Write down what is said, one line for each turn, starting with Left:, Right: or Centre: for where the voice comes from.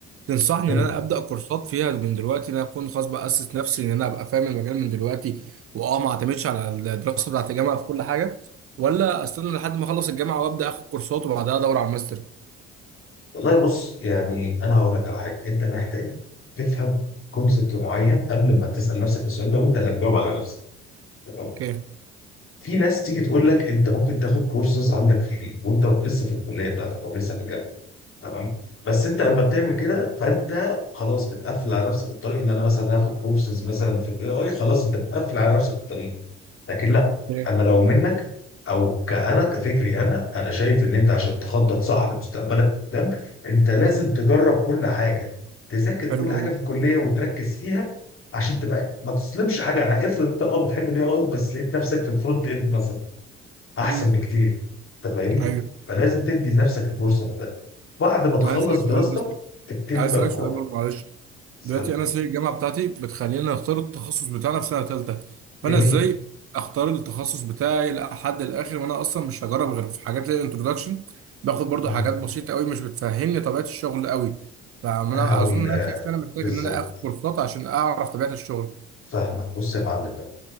Right: تنصحني
Left: <laughs>
Right: ان انا ابدا كورسات فيها من دلوقتي ان انا اكون خلاص باسس نفسي ان انا ابقى فاهم المجال من دلوقتي واه ما اعتمدش على الدراسه بتاعت الجامعه في كل حاجه ولا استنى لحد ما اخلص الجامعه وابدا اخد كورسات وبعدها ادور على الماستر
Left: والله بص يعني انا هقول لك على حاجه انت محتاج تفهم كونسبت معين قبل ما تسال نفسك السؤال ده وانت اللي هتجاوب على نفسك تمام
Right: اوكي
Left: في ناس تيجي تقول لك انت ممكن تاخد كورسز عندك في البيت وانت لسه في الكليه بتاعتك او لسه في الجامعه تمام بس انت لما بتعمل كده فانت خلاص بتقفل على نفسك الطريق ان انا مثلا هاخد كورسز مثلا في الاي اي خلاص انت بتقفل على نفسك الطريق لكن لا
Right: إيه.
Left: انا لو منك او كأنا كفكري انا انا شايف ان انت عشان تخطط صح لمستقبلك قدام انت لازم تجرب كل حاجه تذاكر كل
Right: حلو قوي
Left: حاجه في الكليه وتركز فيها عشان تبقى ما تسلمش حاجه افرض انت اه بتحب الاي اي بس لقيت نفسك في الفرونت اند مثلا احسن
Right: امم
Left: بكتير انت فاهمني
Right: ايوه
Left: فلازم تدي لنفسك الفرصه في ده بعد ما تخلص
Right: طب انا اسالك سؤال
Left: دراستك
Right: بس
Left: تبتدي
Right: عايز
Left: بقى
Right: اسالك
Left: في الواقع
Right: سؤال برضه معلش
Left: سؤال
Right: دلوقتي انا سي الجامعه بتاعتي بتخليني اختار التخصص بتاعنا في سنه ثالثه
Left: جميل
Right: فانا ازاي اختار التخصص بتاعي لحد الاخر وانا اصلا مش هجرب غير في حاجات زي الانترودكشن باخد برضه
Left: مم.
Right: حاجات بسيطه قوي مش بتفهمني طبيعه الشغل قوي فانا
Left: هقول
Right: اظن ان انا شايف ان انا محتاج
Left: بالظبط
Right: ان انا اخد كورسات عشان اعرف طبيعه الشغل
Left: فاهمك بص يا معلم بقى،